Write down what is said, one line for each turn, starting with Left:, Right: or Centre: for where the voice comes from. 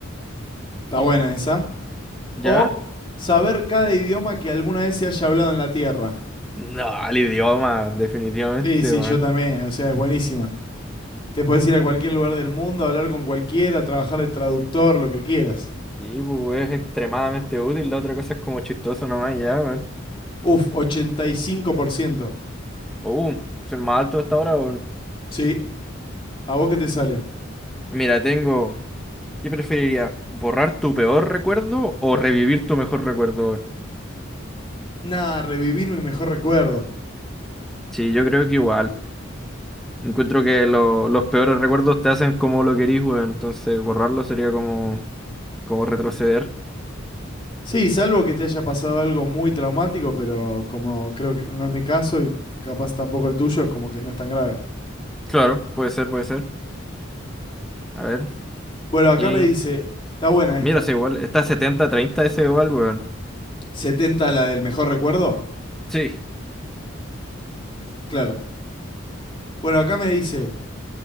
Left: Está buena esa.
Centre: ¿Ya?
Left: O saber cada idioma que alguna vez se haya hablado en la Tierra.
Centre: No, el idioma, definitivamente,
Left: Sí, sí,
Centre: weón.
Left: yo también. O sea, es buenísima. Te puedes ir a cualquier lugar del mundo, hablar con cualquiera, trabajar de traductor, lo que quieras.
Centre: Sí, pues, es extremadamente útil. La otra cosa es como chistoso nomás, ya, weón.
Left: Uf, 85%.
Centre: Uh, soy más alto hasta ahora, weón.
Left: Sí, ¿a vos qué te sale?
Centre: Mira, tengo. ¿Qué preferirías? ¿Borrar tu peor recuerdo o revivir tu mejor recuerdo, weón?
Left: Nah, revivir mi mejor recuerdo.
Centre: Sí, yo creo que igual. Encuentro que lo- los peores recuerdos te hacen como lo querís, weón. Entonces borrarlo sería como, como retroceder.
Left: Sí, salvo que te haya pasado algo muy traumático, pero como creo que no es mi caso y capaz tampoco el tuyo, es como que no es tan grave.
Centre: Claro, puede ser, puede ser. A ver.
Left: Bueno, acá
Centre: Y...
Left: me dice, está buena
Centre: Mira,
Left: esta.
Centre: es igual. Está setenta treinta, ese igual, weón.
Left: Setenta la del mejor recuerdo?
Centre: Sí.
Left: Claro. Bueno, acá me dice,